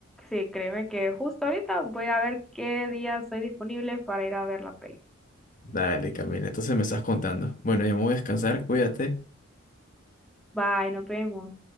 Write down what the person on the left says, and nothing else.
Dale, Camila, entonces me estás contando. Bueno, ya me voy a descansar, cuídate.